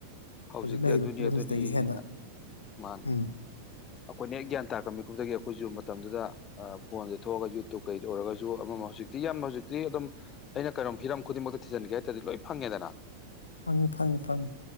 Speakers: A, on the left; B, on the left.
A: ꯍꯧꯖꯤꯛꯇꯤ
B: ꯍꯧꯖꯤꯛ ꯂꯩꯔꯤꯕ
A: ꯑꯗꯨꯅꯤ
B: ꯐꯤꯕꯝꯁꯤꯗꯒꯤ
A: ꯑꯗꯨꯅꯤꯅ
B: ꯍꯦꯟꯅ
A: ꯃꯥꯅꯤ
B: ꯎꯝ
A: ꯑꯩꯈꯣꯏꯅ ꯍꯦꯛ ꯒ꯭ꯌꯥꯟ ꯇꯥꯔꯛꯀ ꯃꯤꯀꯨꯞꯗꯒꯤ ꯑꯩꯈꯣꯏꯁꯨ ꯃꯇꯝꯗꯨꯗ ꯐꯣꯟꯁꯦ ꯊꯣꯛꯑꯒ ꯌꯨꯇꯨꯕ ꯀꯩꯗ ꯑꯣꯏꯔꯒꯁꯨ ꯑꯃꯃꯝ ꯍꯧꯖꯤꯛꯇꯤ ꯌꯥꯝꯅ ꯍꯧꯖꯤꯛꯇꯤ ꯑꯗꯨꯝ ꯑꯩꯅ ꯀꯩꯅꯣꯝ ꯍꯤꯔꯝ ꯈꯨꯗꯤꯡꯃꯛꯇ ꯊꯤꯖꯤꯟꯒꯦ ꯍꯥꯏꯇꯥꯔꯗꯤ ꯂꯣꯏ ꯐꯪꯉꯦꯗꯅ
B: ꯐꯪꯉꯤ ꯐꯪꯉꯤ ꯐꯪꯉꯤ